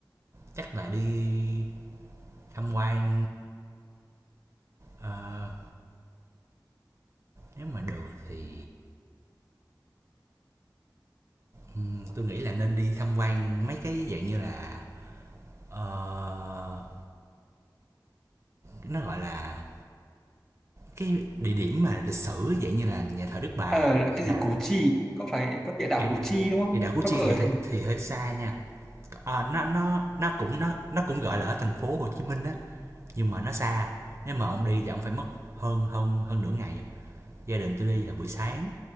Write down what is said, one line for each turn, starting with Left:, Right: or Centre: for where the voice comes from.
Right: chắc là đi tham quan ờ, nếu mà được thì ừm, tôi nghĩ là nên đi tham quan mấy cái dạng như là ờ, nó gọi là cái địa điểm mà lịch sử dạng như là nhà thờ Đức Bà
Centre: ờ
Right: hay
Centre: là cái
Right: là
Centre: gì Củ Chi có phải có địa đạo
Right: địa,
Centre: Củ Chi đúng không
Right: đi đảo Củ
Centre: nó
Right: Chi
Centre: có ở
Right: thì
Centre: thành
Right: thì hơi xa nha Ờ, nó nó nó cũng nó nó cũng gọi là ở thành phố Hồ Chí Minh á nhưng mà nó xa nếu mà ông đi thì ông phải mất hơn hơn hơn nửa ngày gia đình tôi đi là buổi sáng